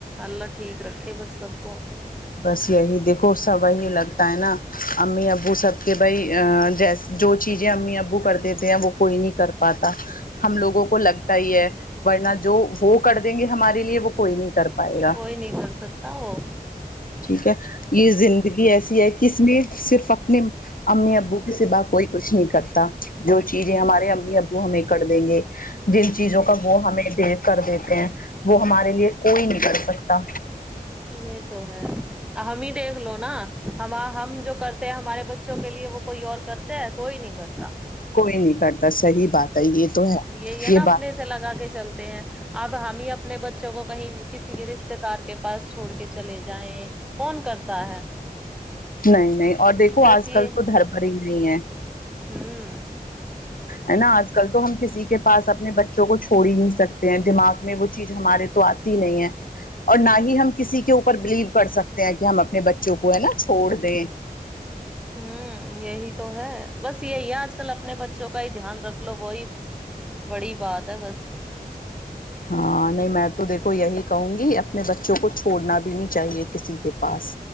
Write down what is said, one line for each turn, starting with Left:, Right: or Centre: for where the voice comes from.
Centre: اللہ ٹھیک رکھے بس سب کو
Left: بس یہی دیکھو سب وہی لگتا ہے نا امی ابو سب کے بھائی جیس جو چیزیں امی ابو کر دیتے ہیں وہ کوئی نہیں کر پاتا ہم لوگوں کو لگ ہی ہے ورنہ جو وہ کر دیں گے ہمارے لیے وہ کوئی نہیں کر پائے گا
Centre: کوئی نہیں کر سکتا وہ
Left: ٹھیک ہے یہ زندگی ایسی ہے کہ اس میں صرف اپنے امی ابو کے س با کوئی کچھ نہیں کرتا جو چیزیں ہمارے امی ابو ہمیں کر دیں گے جن چیزوں کا وہ ہمیں بھی کر دیتے ہیں وہ ہمارے لیے کوئی نہیں کر سکتا
Centre: یہ تو ہے ہم ہی دیکھ لو نا ہم ہم جو کرتے ہمارے بچوں کے لیے وہ کوئی اور کرتے ہیں کوئی نہیں کرتا
Left: کوئی نہیں کرتا صحیح بات ہے یہ تو ہے
Centre: یہی ہے
Left: یہ
Centre: نا اپنے
Left: بات
Centre: سے لگا کے چلتے ہیں اب ہم ہی اپنے بچوں کو کہیں کسی کے رشتے دار کے پاس چھوڑ کے چلے جائیں کون کرتا ہے
Left: نہیں نہیں اور دیکھو
Centre: بس
Left: آج
Centre: یہ
Left: کل تو دھربھر ہی نہیں ہے
Centre: ہوں
Left: ہے نا آج کل تو ہم کسی کے پس اپنے بچوں کو چھوڑی نہیںکتے سکتے ہیں دماغ میں وہچ چیز ہمارے تو آتی نہیں ہے اور نہ ہی ہم کسی کے اوپر بلیو کر سکتے کہ ہم اپنے بچوں کو ہے نا چھوڑ دیں
Centre: ہوں یہی تو ہے بس یہی ہے آج کل اپنے بچوں کا ہی دھیان رکھ لو وہی بڑی بات ہے بس
Left: ہاں نہیں میں تو دیکھو یہی کہوں گی اپنے بچوں کو چھوڑنا بھی نہیں چاہیے کسی کے پس